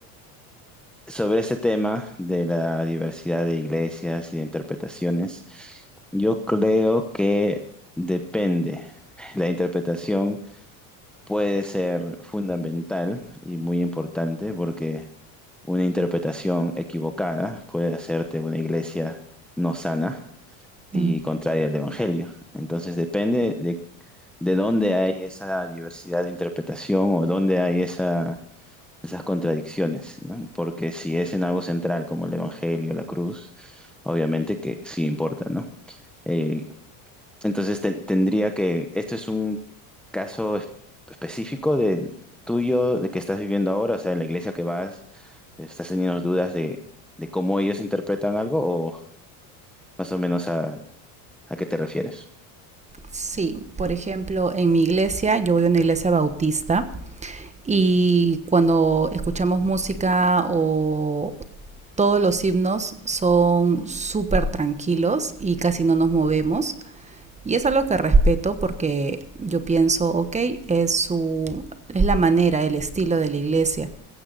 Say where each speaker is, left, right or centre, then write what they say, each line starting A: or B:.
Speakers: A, in the centre; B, on the right.
A: sobre ese tema de la diversidad de iglesias y de interpretaciones, yo creo que depende. La interpretación puede ser fundamental y muy importante porque una interpretación equivocada puede hacerte una iglesia no sana y
B: Mm.
A: contraria al Evangelio. Entonces depende de, de dónde hay esa diversidad de interpretación o dónde hay esa esas contradicciones, ¿no? Porque si es en algo central como el Evangelio, la cruz, obviamente que sí importa, ¿no? Eh, entonces ten- tendría que, esto es un caso es- específico de tuyo, de que estás viviendo ahora, o sea, en la iglesia que vas, estás teniendo dudas de, de cómo ellos interpretan algo o más o menos a, a qué te refieres.
B: Sí, por ejemplo, en mi iglesia, yo voy a una iglesia bautista y cuando escuchamos música o todos los himnos son súper tranquilos y casi no nos movemos. Y es algo que respeto porque yo pienso, ok, es, su, es la manera, el estilo de la iglesia.